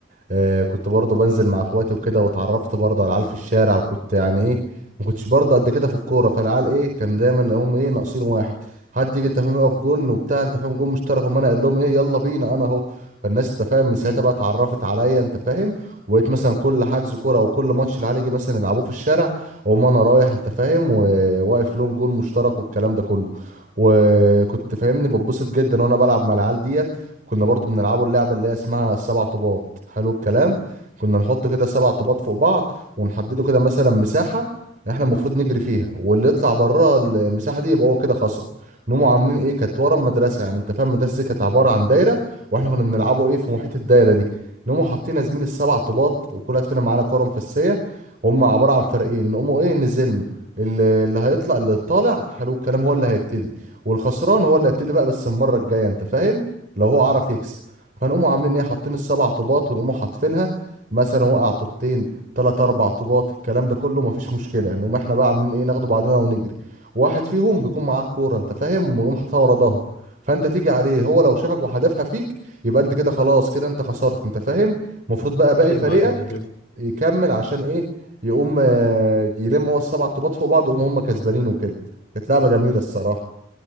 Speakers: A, on the right (about 45°); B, on the left (about 50°).
A: آه، كنت برضه بنزل مع اخواتي وكده واتعرفت برضه على العيال في الشارع وكنت يعني ايه ما كنتش برضه قد كده في الكوره فالعيال ايه كان دايما لهم ايه ناقصين واحد حد يجي انت فاهم يقف جون وبتاع انت فاهم جون مشترك وما انا اقول لهم ايه يلا بينا انا اهو فالناس انت فاهم من ساعتها
B: امم
A: بقى اتعرفت عليا انت فاهم وبقيت مثلا كل حجز كوره او كل ماتش العيال يجي مثلا يلعبوه في الشارع اقوم انا رايح انت فاهم وواقف لهم جون مشترك والكلام ده كله وكنت فاهمني بتبسط جدا وانا بلعب مع العيال ديت كنا برضو بنلعبوا اللعبة اللي هي اسمها السبع طوبات حلو الكلام كنا نحط كده سبع طوبات فوق بعض ونحدده كده مثلا مساحة احنا المفروض نجري فيها واللي يطلع بره المساحة دي يبقى هو كده خسر نقوموا عاملين ايه كانت ورا المدرسة يعني انت فاهم المدرسة دي كانت عبارة عن دايرة واحنا كنا بنلعبوا ايه في محيط الدايرة دي نقوموا حاطين يا زميلي السبع طوبات وكل واحد فينا معانا كورة مفسية هم عبارة عن فريقين نقوموا ايه نزنوا اللي اللي هيطلع اللي طالع حلو الكلام هو اللي هيبتدي والخسران هو اللي هيبتدي بقى بس المرة الجاية انت فاهم لو هو عرف يكسب فنقوموا عاملين ايه حاطين السبع طوبات ونقوموا حاطفينها مثلا وقع طوبتين تلات اربع طوبات الكلام ده كله مفيش مشكله نقوم احنا بقى عاملين ايه ناخده بعضنا ونجري واحد فيهم بيكون معاه الكوره انت فاهم ويقوم حاططها ورا ظهره فانت تيجي عليه هو لو شافك وحدفها فيك يبقى انت كده خلاص كده انت خسرت انت فاهم المفروض بقى باقي
B: ايوه
A: فريقك
B: ايوه عارف
A: يكمل عشان ايه يقوم آه، يلم هو السبع طوبات فوق بعض ويقوم هم كسبانين وكده كانت لعبه جميله الصراحه